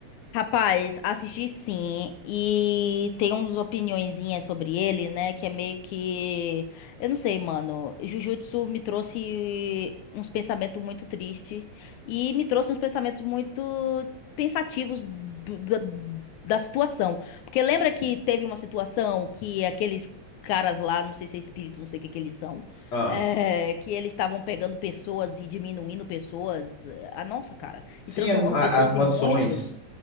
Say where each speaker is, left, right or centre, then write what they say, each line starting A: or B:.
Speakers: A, on the left (about 80°); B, on the left (about 60°).
A: Rapaz, assisti sim, e tem umas opiniõezinhas sobre ele, né? Que é meio que. Eu não sei, mano. Jujutsu me trouxe uns pensamentos muito tristes. E me trouxe uns pensamentos muito pensativos do- da, da situação. Porque lembra que teve uma situação que aqueles caras lá, não sei se é espírito, não sei o que que eles são.
B: Ah,
A: é, que eles estavam pegando pessoas e diminuindo pessoas. Ah, nossa, cara.
B: sim,
A: E transformando
B: as, ma- a-
A: pessoas
B: as maldições.
A: em monstros.